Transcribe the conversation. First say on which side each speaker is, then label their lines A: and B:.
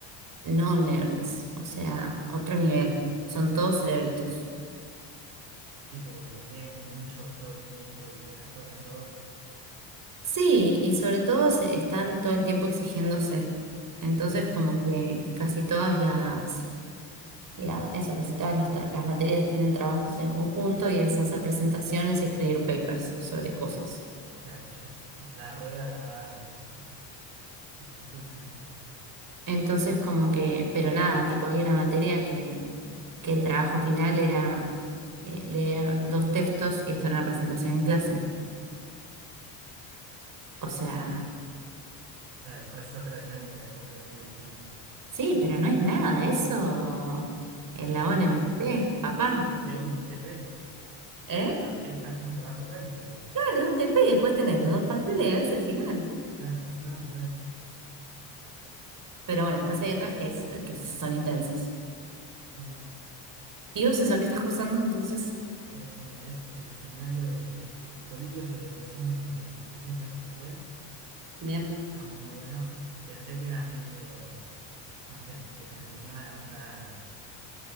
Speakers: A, on the right; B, on the right.
A: no nerds, o sea, otro nivel, son todos cerebritos.
B: Tipo, que leen mucho todo el tiempo y se acuerdan todo.
A: Sí, y sobre todo se- están todo el tiempo exigiéndose. Entonces,
B: Claro,
A: como que casi todas las, la, eso, casi todas las, tra- las materias tienen trabajos en conjunto y es hacer presentaciones y escribir papers sobre cosas.
B: Claro, ya la rueda la va, la, la impulsan ellos. mismos.
A: Entonces, como que, pero nada, tipo, hay una materia que, que el trabajo final era eh, leer dos textos y hacer una presentación en clase. O sea,
B: Claro, es otra dinámica completamente distinta.
A: sí, pero no es nada eso en
B: Y
A: la ONMT, papá.
B: sí, sí, es un TP.
A: ¿Eh?
B: Ah, Es ta- un trabajo práctico igual.
A: Claro, un TP y después tenés
B: Mm,
A: los dos parciales y a veces el final.
B: claro, no, total.
A: Pero bueno, después hay otras que, es- que son intensas.
B: Mira,
A: ¿Y vos eso, qué estás cursando? Entonces,
B: estoy haciendo. Es el seminario de, inte- políticas y regulaciones de la inteligencia artificial.
A: bien.
B: Está muy bueno. Pensé que era medio, no sé, que te enseñaban a usar